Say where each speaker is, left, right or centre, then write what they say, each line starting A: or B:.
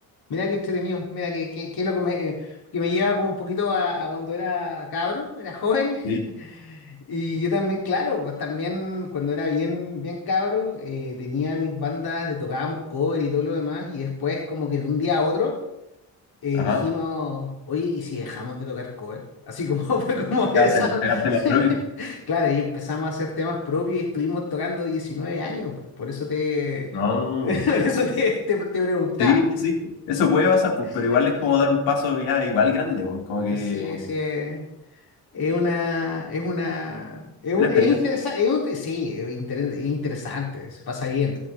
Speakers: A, on the left; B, on the left.
A: mira qué entretenido, mira que, que, que es lo que me, eh, que me lleva como un poquito a, a cuando era cabro, era joven.
B: Sí.
A: <laughs> Y yo también, claro, pues también cuando era bien, bien cabro, eh, tenía mis bandas, de- tocábamos cover y todo lo demás, y después como que de un día a otro. eh,
B: Ajá.
A: dijimos, oye, ¿y si dejamos de tocar cover? Así como <laughs> fue como esa.
B: Ya, o sea, pegarte
A: <laughs>
B: más propio.
A: Claro, y empezamos a hacer temas propios y estuvimos tocando 19 años, po. Por eso te,
B: No.
A: <laughs> por eso te, te, te preguntaba.
B: Sí, sí. Eso puede pasar, pues,
A: <laughs>
B: pero igual es como dar un paso ya igual grande, pues, como que
A: Sí, sí. eh, Es una, es una, es un,
B: una experiencia.
A: es interesante, es un- sí, es, inter- es interesante, se pasa bien,